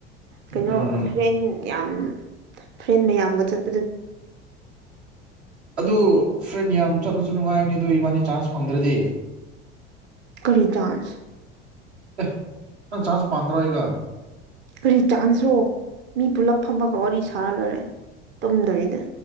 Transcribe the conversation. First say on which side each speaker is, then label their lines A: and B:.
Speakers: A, on the right (about 35°); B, on the right (about 70°).
A: ꯀꯩꯅꯣ
B: ꯎꯝ
A: ꯍꯣꯔꯦꯟ ꯌꯥꯝ ꯐ꯭ꯔꯦꯟ ꯃꯌꯥꯝꯒ ꯆꯠ
B: ꯑꯗꯨ ꯐ꯭ꯔꯦꯟ ꯌꯥꯝ ꯆꯠꯂꯁꯨ ꯅꯨꯡꯉꯥꯏꯅꯤ ꯑꯗꯨ ꯏꯕꯥꯅꯤ ꯆꯥꯟꯁ ꯐꯪꯗ꯭ꯔꯗꯤ
A: ꯀꯔꯤ ꯆꯖ
B: ꯑꯦ ꯅꯪ ꯆꯥꯟꯁ ꯄꯥꯟꯝꯗ꯭ꯔꯣ ꯑꯩꯒ
A: ꯀꯔꯤ ꯆꯥꯟꯁ꯭ꯔꯣ ꯃꯤ ꯄꯨꯂꯞ ꯐꯝꯃꯒ ꯋꯥꯔꯤ ꯁꯥꯔ ꯂꯣꯏꯔꯦ ꯇꯨꯝꯗꯕꯤꯗ